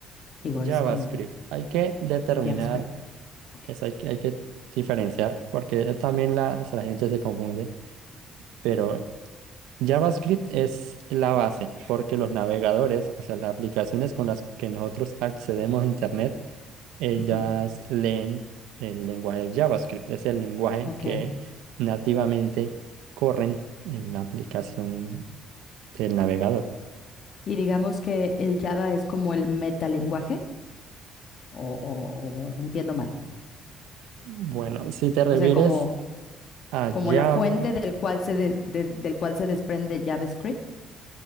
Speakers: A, on the left; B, on the right.
A: Digo,
B: JavaScript.
A: es como
B: Hay que determinar,
A: JavaScript. Ok.
B: es, hay que, hay que diferenciar, porque también la, la gente se confunde. Pero JavaScript es la base porque los navegadores, o sea, las aplicaciones con las que nosotros accedemos a Internet, ellas
A: Ujú,
B: leen el lenguaje JavaScript. Es el lenguaje
A: Ok.
B: que nativamente corren en la aplicación del navegador.
A: Y digamos que el Java es como el metalenguaje. O, o- o entiendo mal.
B: Bueno, si te refieres
A: O sea, como,
B: a
A: como
B: Java,
A: la fuente del cual se, des- de- del cual se desprende JavaScript.